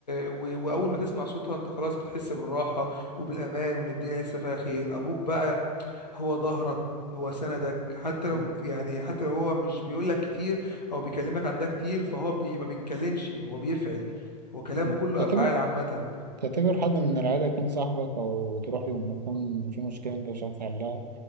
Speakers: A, on the left (about 80°); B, on the right (about 80°).
A: و... وأول ما تسمع صوتها أنت خلاص بتحس بالراحة وبالأمان وإن الدنيا لسه فيها خير أبوك بقى هو ظهرك هو سندك حتى لو
B: مم.
A: يعني حتى لو هو مش بيقول لك كتير او بيكلمك عن ده كتير فهو بي ما بيتكلمش هو بيفعل هو كلامه
B: مم.
A: كله
B: تعتبر
A: افعال عامه
B: تعتبر حد من العيلة يكون صاحبك او تروح له لما يكون في مشكلة انت مش عارف تحلها